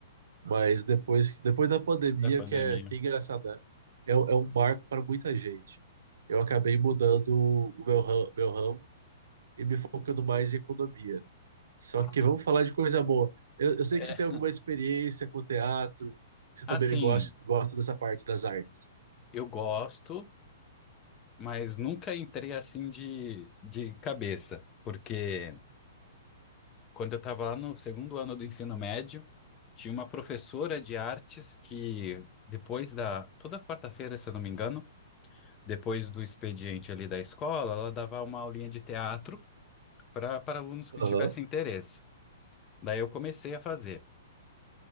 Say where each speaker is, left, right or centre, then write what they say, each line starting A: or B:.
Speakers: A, on the right; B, on the left.
A: mas depois, depois da pandemia,
B: Da pandemia.
A: que é, que é engraçado, né? é, um- é um marco para muita gente. Eu acabei mudando o meu, ram- meu ramo e me focando mais em economia. Só
B: Ah.
A: que vamos falar de coisa boa. Eu, eu sei
B: É.
A: que você tem alguma experiência com teatro, que você
B: Assim,
A: também gosta, gosta dessa parte das artes.
B: eu gosto, mas nunca entrei assim de, de cabeça. Porque quando eu tava lá no segundo ano do ensino médio, tinha uma professora de artes que depois da... Toda quarta-feira, se eu não me engano, depois do expediente ali da escola, ela dava uma aulinha de teatro para para alunos que
A: Aham.
B: tivessem interesse. Daí eu comecei a fazer.